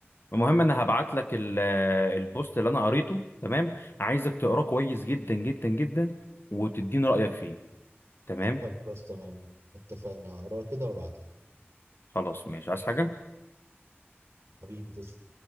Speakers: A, on the left; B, on the right.
A: المهم انا هبعت لك ال- البوست اللي انا قريته تمام عايزك تقراه كويس جدا جدا جدا وتديني رأيك فيه تمام
B: خلاص تمام اتفقنا أقرأ كده وأبعتلك
A: خلاص ماشي عايز حاجة
B: حبيبي تسلم